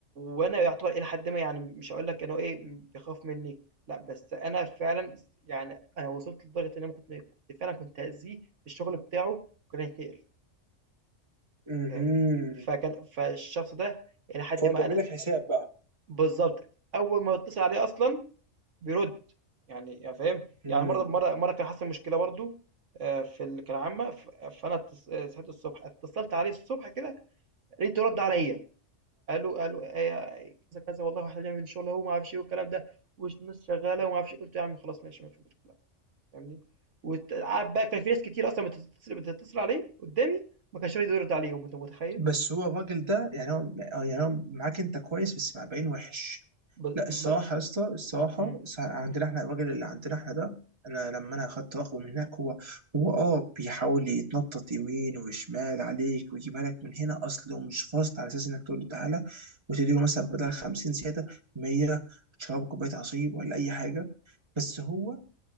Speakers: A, on the right; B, on the right.
A: وأنا يعتبر إلى حدٍ ما يعني مش هاقول لك إن هو إيه، بيخاف منّي، لأ، بس أنا فعلًا س يعني أنا وصلت لدرجة إن أنا كنت كنت فعلًا كنت هأذيه في الشغل بتاعه وكان هيتنقل
B: امم
A: فاهمني، فكان فالشخص ده إلى حدٍ
B: فهو
A: ما
B: بيعمل
A: أنا
B: لك حساب بقى
A: بالضبط، أول ما باتصل عليه أصلًا بيرد يعني يعني فاهم
B: امم
A: يعني مره مره مره كان حصل مشكله برضو آه، في اللي كان عامه ف- فانا اتص- آه، صحيت الصبح اتصلت عليه الصبح كده لقيته رد عليا قالوا قالوا آه، كذا كذا والله احنا بنعمل شغل اهو ما اعرفش ايه والكلام ده والناس شغاله وما اعرفش إيه. قلت يا عم خلاص ماشي ما في مشكله فاهمني وقعد بقى كان في ناس كتير اصلا بتتصل بتتصل عليه قدامي ما كانش راضي يرد عليهم انت متخيل
B: بس هو الراجل ده يعني هو يعني هو معاك انت كويس بس مع باين وحش
A: ب...
B: لا الصراحة
A: ب...
B: يا اسطى الصراحة
A: مم.
B: الص- عندنا احنا الراجل اللي عندنا احنا ده انا لما انا اخدت رقمه من هناك هو هو اه بيحاول يتنطط يمين وشمال عليك ويجيبها لك من هنا اصله مش فاصل على اساس انك تقول له تعالى وتديله مثلا بدل 50 زيادة 100 تشرب كوباية عصير ولا اي حاجة بس هو